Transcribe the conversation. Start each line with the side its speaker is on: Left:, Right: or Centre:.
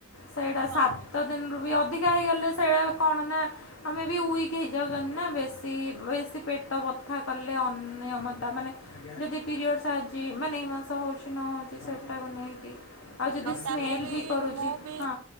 Left: ସେଇଟା
Right: ହଁ
Left: ସାତ ଦିନରୁ ବି ଅଧିକା ହେଇଗଲେ ସେଇଟା କଣ ନା ଆମେ ବି ୱିକ ହେଇଯାଉଚନ୍ତି ନା ବେଶୀ ବେଶୀ ପେଟ ବଥା କଲେ ଅନିୟମତା ମାନେ ଯଦି ପିରିୟଡସ ଆଜି ମାନେ ଏ ମାସ ହଉଚି ନ ହଉଚି ସେଟାକୁ ନେଇକି ଆଉ ଯଦି ସ୍ମେଲ୍
Right: ତାପରେ
Left: ବି କରୁଚି
Right: ମୁଁ ବି
Left: ହଁ।